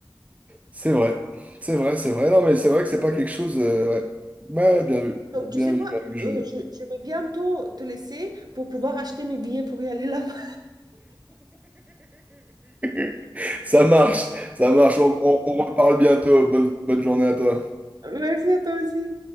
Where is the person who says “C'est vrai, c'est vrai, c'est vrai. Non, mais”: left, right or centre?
Right